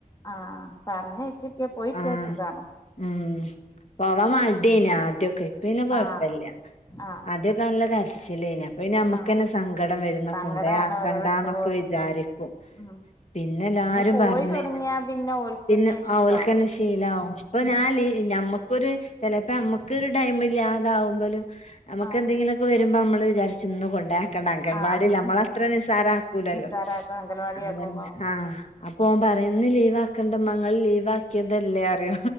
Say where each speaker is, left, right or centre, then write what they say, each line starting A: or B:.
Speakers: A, on the left (about 25°); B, on the left (about 50°).
A: ആഹ് ആഹ്. പറഞ്ഞയച്ചിട്ടാ പോയിട്ട്യാ
B: ആ
A: സുഖാണ്.
B: ഉം പോവാൻ മട്യേനി ആദ്യൊക്കെ ഇപ്പ പിന്നെ കൊഴപ്പല്ല.
A: ആഹ് ആഹ്
B: ഇൻ്റൊക്കെ നല്ല കരച്ചിലേനി അ പിന്നെ ഞാമ്മക്കന്നെ
A: ആഹ്
B: സങ്കടം വരും
A: സങ്കടാണ്
B: കൊണ്ടയാക്കണ്ടാന്നൊക്കെ
A: ഓരോടെ ഇട്ട് പോരുമ്പോ
B: വിചാരിക്കും.
A: ഉം
B: പിന്നെ എല്ലാരും
A: പോയി
B: പറഞ്ഞ്.
A: തുടങ്ങിയാ പിന്നെ ഓൽക്കന്നെ
B: പിന്നെ
A: ഇഷ്ടാവും
B: ഓവല്ക്കന്നെ ശീലാവും ഇപ്പൊ ഇപ്പൊ ഞാൻ
A: ഉം
B: നമ്മക്കൊരു ചലപ്പോ നമ്മക്കരു ടൈം ഇല്ലാതാവുമ്പോലും നമ്മകെന്തെങ്കിലും
A: ആഹ്
B: ഒ വരുമ്പൾ നമ്മൾ വിചാർച്ചും ഇന്ന് കൊണ്ടര. ക്കണ്ട അംഗൻവാടില്ല
A: ആഹ്
B: നമ്മള അത്ര നിസാര ആക്കൂലല്ലോ
A: നിസ്സാരാക്കും അംഗൽവാടി
B: അതന്ന
A: ആക്കുമ്പോ
B: ആഹ അപ്പൊ ഓൻ പറയുന്ന് ഇന്ന് ലീവ് ആക്കണ്ട മങ്ങള് ലീവ് ആക്കിയതല്ലേ അറിയോ.